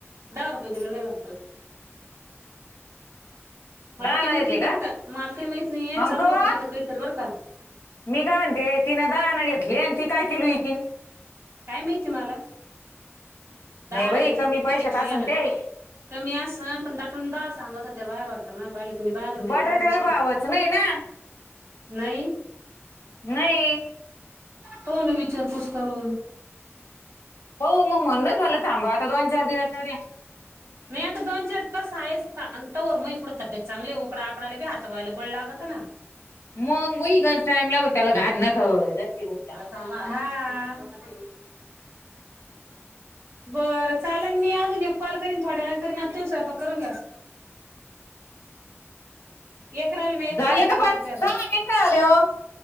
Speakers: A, on the right (about 65°); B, on the left (about 70°).
A: दहा रुपये किलो नाही वाटतं. माल
B: दहा
A: काही
B: ना
A: नाही
B: घेतले
A: बर का काही माहत नाही चालू
B: अंकवा
A: होतं तिथं काहीत बरं का.
B: मी काय म्हणते तिन दहाण घेतली आणि ती काय किलो एकीन.
A: काय माहिती मला दाण
B: नाही बाई
A: घेतली
B: कमी
A: किती
B: पैशात
A: घेतली
B: असन
A: आता.
B: ते
A: कमी अस पण दाटून दहा सांगत होते बाहेर वाटत. मग पाहिले मी बाहेर होते
B: बटाट्याला
A: त बसे
B: भावच नाही ना
A: नाही.
B: नाही.
A: तो नाही विचारपूस करू.
B: हो मग म्हणूनच मला थांबा आता दोन चार दिवस जाउनदया.
A: ''मी आता दोन चार दिवस आहेच. त मग पुढं तब्येत चांगली उकड आकायलाीात वयला बळला लागतं ना.
B: मग वई ग टाइम लागत त्याला घाण नको जाती बोंबला.
A: थांबा हा, कोण जाते. बरं चालेल मी अजून एक कॉल. करीन थोड्या करी ना त सैयपाक करून घ्या. एक राह्यल मग
B: झाले
A: स्वाती बाई
B: का पाच
A: करते आता.
B: सहा मिनिटं झाले हो